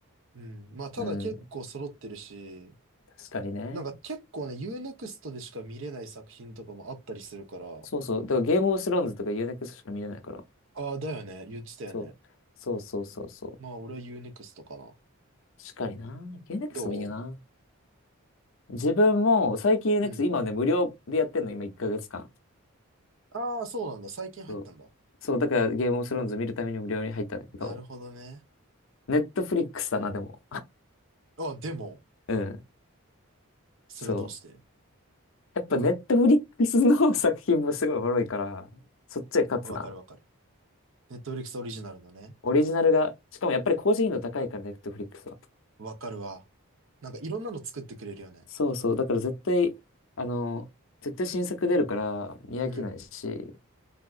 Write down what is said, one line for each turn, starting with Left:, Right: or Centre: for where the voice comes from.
Right: うん。まあ、ただ結構揃ってるし、
Left: うん。確かにね。
Right: なんか結構ね、u n ク x トでしか見れない作品とかもあったりするから、
Left: そうそう。だからゲームオブスローンズとか u n ク x トしか見れないから。
Right: ああ、だよね。言ってたよね。
Left: そう。そうそうそうそう。
Right: まあ、俺は u n ク x トかな。
Left: っかりな。Unext
Right: どう
Left: もいいよな。自分も、最近 u n
Right: うん。
Left: e x 今ね、無料でやってんの、今1ヶ月間。
Right: ああ、そうなんだ。最近入ったんだ。
Left: そう、そうだからゲームオブスローンズ見るために無料に入ったんだけど、
Right: なるほどね。
Left: ネットフリックスだな、でも。
Right: あ、でも、
Left: うん。
Right: それはどうして
Left: そう。やっぱネットフリックスの <laughs> 作品もすごいおもろいから、そっちで勝つな。
Right: わかるわかる。Netflix オリジナルのね。
Left: オリジナルが、しかもやっぱり高頻度高いから、ネットフリックスは。
Right: わかるわ。なんかいろんなの作ってくれるよね。
Left: そうそう。だから絶対、あの、絶対新作出るから見飽きないし、
Right: うん。